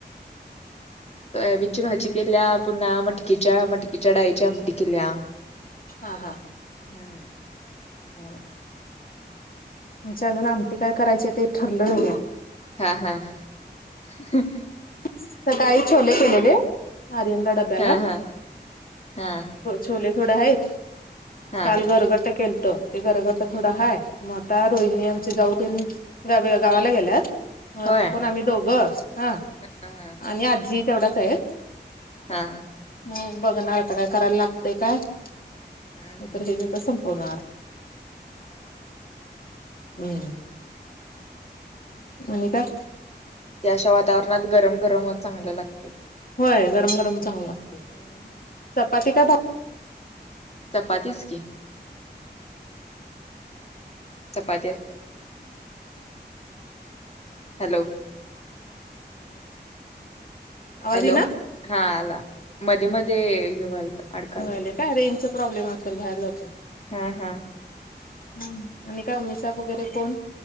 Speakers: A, on the left; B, on the left.
A: सोयाबीनची भाजी केल्या पुन्हा मटकीच्या मटकीच्या डाळीची आमटी केल्या.
B: हा हा,
A: हम्म.
B: <unintelligible> आमची अजून आमटी काय करायची ते ठरलं नाईये.
A: हा हा हं.
B: सकाळी छोले केलेले आर्यंनला डब्याला
A: हा हा हा
B: छोले थोडे हायत
A: हा
B: काल गरगट केलतं ते गरगटं थोडं हाय मग आता रोहिणी आमची जाऊ तेन गावी -गावाला गेल्यात म
A: होय
B: आता कोण आम्ही दोघ हा
A: हा हा.
B: आणि आजी तेवढच हायत.
A: हा.
B: हम् बघणार आता काय करायला लागतंय काय नाय
A: हम्म
B: तर हेज्यातच संपवणार.
A: हा.
B: हम्म. आणि काय?
A: ह्या अशा वातावरणात गरम गरमच चांगलं लागतंय.
B: होय गरम गरम चांगलं लागतंय.
A: <unintelligible>
B: चपाती का भा
A: चपातीच की. चपाती असतिया. हॅलो.
B: आवाज
A: हॅलो
B: येईना
A: हा आला मध्ये मध्ये हे व्हायलाता अडकाय
B: व्हायलय काय रेंजचा प्रॉब्लेम असल बाहेर जातोय.
A: हा हा.
B: हम् आणि काय मम्मी चा वगैरे फोन?